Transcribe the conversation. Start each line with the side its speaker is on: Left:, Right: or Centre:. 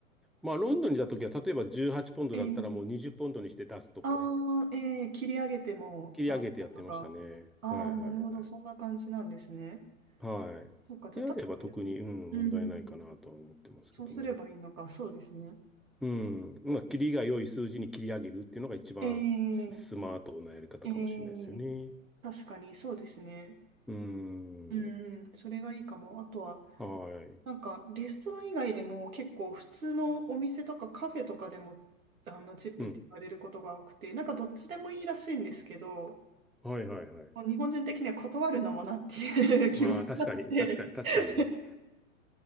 Centre: まあ、ロンドンにいた時は、例えば18ポンドだったらもう20ポンドにして出すとかね、
Right: ええああ、えー切り上げても払ったとか。
Centre: 切り上げてやってましたね。
Right: ああ、
Centre: はいはいはい。
Right: なるほど、そんな感じなんですね。
Centre: はい。
Right: そっか、じゃあ、
Centre: であれば特に、
Right: た
Centre: うん、
Right: うん、
Centre: 問題ないかなとは思ってますけどね。
Right: そうすればいいのか、そうですね。
Centre: うん。まあ、切りが良い数字に切り上げるっていうのが一番ススマートなやり方かもしれないですよね。
Right: えー、えー、確かにそうですね。
Centre: うん。
Right: うん、それがいいかも。あとは、
Centre: はい。
Right: なんか、レストラン以外でも結構普通のお店とかカフェとかでも、あの、チップって言われることが多くて、
Centre: うん。
Right: なんかどっちでもいいらしいんですけど、
Centre: はいはいはい。
Right: もう日本人的には断るのもなっていう <laughs> 気もしたので
Centre: まあ、確かに、確かに、確かにね。
Right: <laughs>